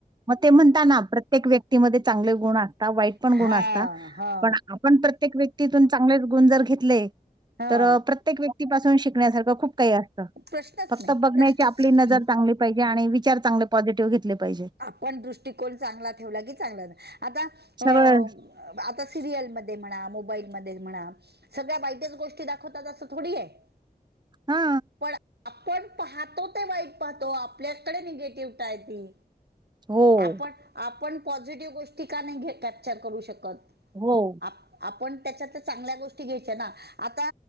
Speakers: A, on the right (about 25°); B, on the right (about 90°).
A: म ते म्हणता ना प्रत्येक व्यक्तीमध्ये चांगले गुण असता, वाईट पण
B: हा
A: गुण असता
B: हा
A: पण आप आपण प्रत्येक व्यक्तीतून चांगलेच गुण जर घेतले
B: हा
A: तर प्र त्येक व्यक्तीपासून शिकण्यासारखं खूप काही असतं.
B: <unintelligible>
A: फक्त बघण्याची
B: प्रश्नच
A: आपली नजर चांगली पाहिजे, आणि विचार चांगले पॉझिटिव्ह घेतले. पाहिजे
B: आपण दृष्टिकोन चांगला ठेवला की चांगला, आता अ.
A: सगळं
B: आता सिरियलमध्ये म्हणा मोबाईलमध्ये म्हणा सगळ्या वाईटच गोष्टी दाखवतात असं थोडी ये. <inaudible>
A: हा
B: पण आपण पाहतो ते वाईट पाहतो आपल्याकडे निगेटिव्हताय ती
A: हो
B: आपण आपण पॉझिटिव्ह गोष्टी का नाही घे कॅप्चर करू शकत.
A: हो.
B: आप आपण त्याच्यात चांगल्या गोष्टी घ्यायच्या ना आता